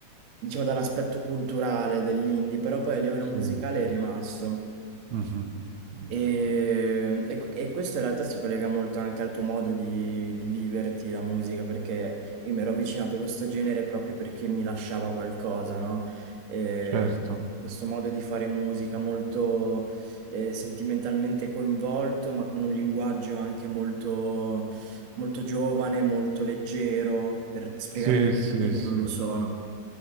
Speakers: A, on the right (about 60°); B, on the right (about 80°).
A: diciamo, dall'aspetto culturale dell'indie, però poi a livello
B: Sì.
A: musicale è rimasto.
B: Mhm, mhm.
A: E, e- e questo in realtà si collega molto anche al tuo modo di, di viverti la musica, perché io mi ero avvicinato a questo genere proprio perché mi lasciava qualcosa, no? E
B: Certo.
A: questo modo di fare musica molto eh, sentimentalmente coinvolto, ma con un linguaggio anche molto, molto giovane, molto leggero, per spiegare
B: Sì,
A: concetti
B: sì,
A: che
B: sì.
A: non lo sono.